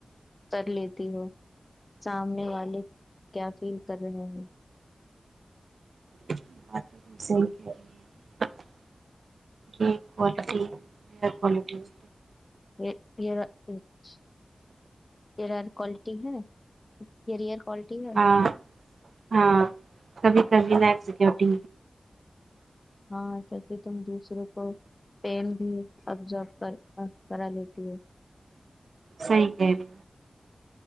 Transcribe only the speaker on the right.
یہ بات تو صحی کہہ رہی ہے یہ کوالٹی کوالٹی ہے
ہاں ہاں تبھی نائک سکورٹی
صحی کہ رہی